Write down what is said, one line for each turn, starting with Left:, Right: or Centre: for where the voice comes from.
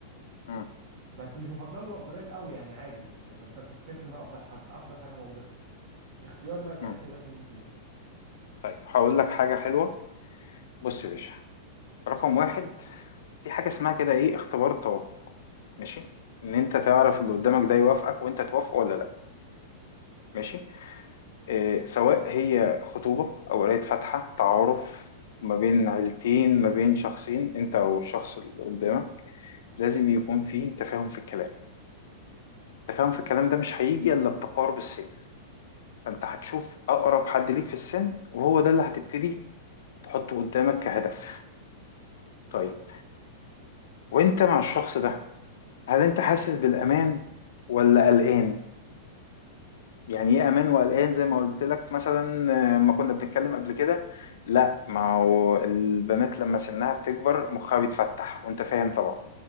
Left: مم.
Right: بس مش بفضله الافضليه الاول يعني عادي بالنسبه لي بس انا كنت شايف ان ده افضل حد افضل حاجه موجوده فيهم اختياري بقى ساعتها
Left: مم.
Right: يروح لمين فيهم
Left: طيب هقول لك حاجة حلوة بص يا باشا رقم واحد في حاجة اسمها كده ايه اختبار التوافق ماشي ان انت تعرف اللي قدامك ده يوافقك وانت توافقه ولا لا ماشي إيه سواء هي خطوبة او قراية فاتحة تعارف ما بين عيلتين ما بين شخصين انت او الشخص اللي قدامك لازم يكون في تفاهم في الكلام التفاهم في الكلام ده مش هيجي الا بتقارب السن فانت هتشوف اقرب حد ليك في السن وهو ده اللي هتبتدي تحطه قدامك كهدف طيب وانت مع الشخص ده هل انت حاسس بالامان ولا قلقان يعني ايه امان وقلقان زي ما قلت لك مثلا آه، ما كنا بنتكلم قبل كده لا ما هو البنات لما سنها بتكبر مخها بيتفتح وانت فاهم طبعا